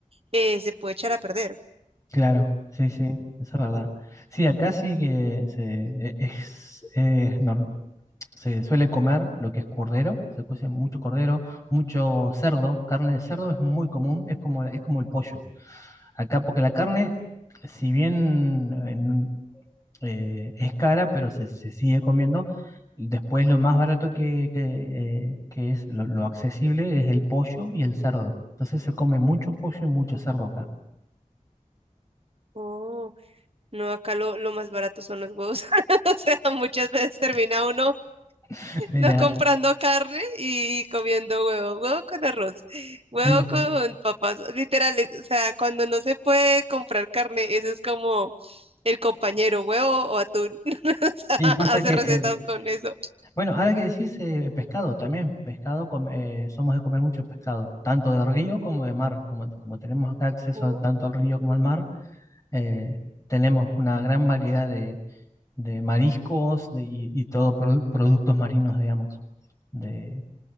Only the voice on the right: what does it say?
eh, se puede echar a perder.
Oh, no, acá lo, lo más barato son los huevos. <laughs> O sea, muchas veces termina uno
No comprando carne y comiendo huevo, huevo con arroz, huevo
con papas, literal, es- o sea, cuando no se puede comprar carne, eso es como el compañero, huevo o atún, <laughs> o sea,
hace
recetas
con eso.
Uh.